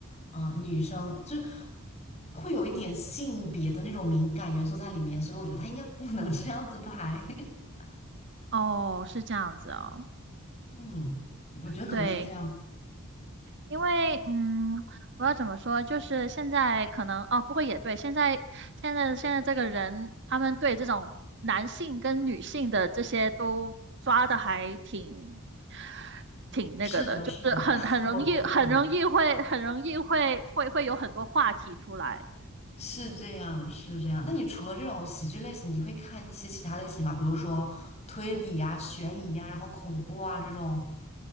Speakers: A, on the left; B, on the right.
A: 嗯、女生就是会有一点性别的那种敏感元素在里面，所以我觉得他应该不能 <laughs> 这样子拍。<laughs>
B: 哦，是这样子哦。
A: 嗯，我觉得可能是这样子。
B: 对，因为，嗯，我要怎么说？就是现在可能哦，不过也对，现在现在现在这个人，他们对这种男性跟女性的这些都抓的还挺挺那个的，
A: 是的，
B: 就是很很容易很容易会很容易会会会有很多话题出来。
A: 是的，<laughs> 我我懂，是这样，是这样。那你除了这种喜剧类型，你会看一些其他类型吗？比如说推理啊、悬疑啊，然后恐怖啊这种，